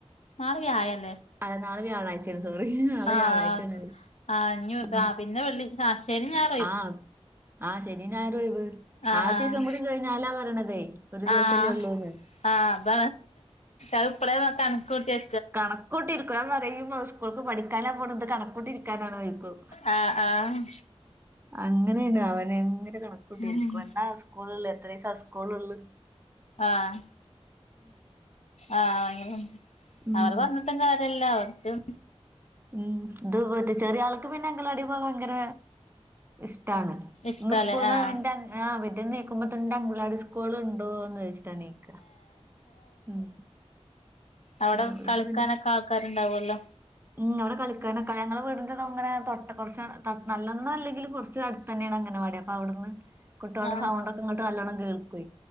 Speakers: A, on the left; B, on the right.
A: നാളെ വ്യായല്ലേ
B: ആഹ് നാളെ വ്യാഴ്ച സോറി നാളെ
A: ആഹ്
B: വ്യാഴാഴ്ചയാണ്
A: ആഹ് ആഹ് ഇന്നി
B: ഉം
A: ആഹ് പിന്നെ വെള്ളി ശ്ശെനി ഞായ
B: ആഹ് ആഹ് ശനി ഞായറും ഒഴിവ്
A: ആഹ്
B: നാളത്തെ
A: ആഹ്
B: ദിവസം കൂടികഴിഞ്ഞാലാ പറയണതേ ഒരു ദിവസല്ലേ
A: ആഹ്
B: ഉള്ളൂന്ന്
A: ആഹ് അതിപ്പളെ കണക്കൂട്ടി വെ
B: കണക്കൂട്ടിരിക്കും ഞാൻ പറയുമ്പോ സ്കൂൾക്ക് പഠിക്കാനാ പോണ് ഇത് കണക്കൂട്ടി ഇരിക്കാനാണോ ചോയിക്കും.
A: ആഹ് ആഹ്
B: അങ്ങനെയണ് അവന് എങ്ങനെ കണക്കൂട്ടി ഇരിക്കും
A: ഉം
B: എന്താ സ്കൂൾള്ള് എത്ര ദിവസാ സ്കൂൾള്ള്
A: ആഹ് ആഹ് വയങ്കര
B: ഉം
A: അവർ പറഞ്ഞി പറഞ്ഞിട്ടും കാര്യല്ല അവർക്കും
B: ഉം ഇത് മറ്റേ ചെറിയ ആൾക്ക് പിന്നെ അംഗനവാടി പോവാൻ ഭയങ്കര ഇഷ്ടാണ്
A: ഇഷ്ടാല്ലേ
B: ഇന്ന് സ്കൂളിന്ന്ന്റെ
A: ആഹ്
B: ബെഡ് ന്ന് നീക്കുമ്പോ തന്നെ അംഗനവാടി സ് സ്കൂള് ഉണ്ടോന്ന് ചോച്ചിട്ടാ നീക്ക ഉം പിന്നെ
A: അവടെ
B: അവൾക്ക്
A: കളിക്കാനൊക്കെ
B: പിന്നെ
A: ആൾക്കാരുണ്ടാവോല്ലോ
B: ഉം അവിടെ കളിക്കാനൊക്കെ ഞങ്ങളെ വീടിന്റെത് അങ്ങനെ തൊട്ട കൊറച്ചങ്ങട്ട് നല്ലന്നല്ലെങ്കിലും കൊറച്ച് അടു തന്നെണ് അംഗനവാടി അപ്പൊ അവിടുന്ന് കുട്ടികളുടെ
A: ആഹ്
B: സൗണ്ടക്കെ ഇങ്ങട്ട് നല്ലണം കേൾക്കോയ്.